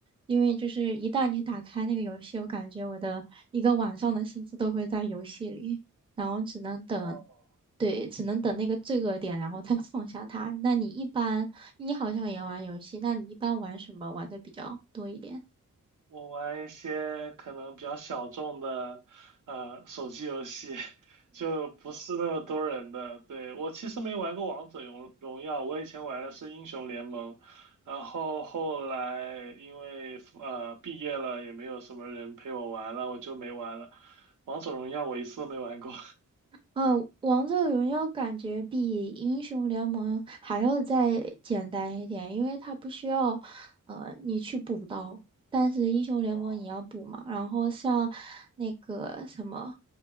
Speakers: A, on the right (about 15°); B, on the right (about 70°).
A: 因为就是一旦你打开那个游戏，我感觉我的一个晚上的心思都会在游戏里，然后只能等，
B: 哦，
A: 对，只能等那个罪恶点，然后再 <laughs> 放下它。那你一般，你好像也玩游戏，那你一般玩什么玩的比较多一点？
B: 我玩一些可能比较小众的，呃，手机游戏，<laughs> 就不是那么多人的。对，我其实没玩过王者荣荣耀，我以前玩的是英雄联盟，然后后来因为呃毕业了，也没有什么人陪我玩了，我就没玩了。王者荣耀我一次都没玩过。
A: 嗯，王者荣耀感觉比英雄联盟还要再简单一点，因为它不需要，呃，你去补刀，但是英雄联盟你要补嘛。
B: <laughs> 哦，
A: 然后像那个什么，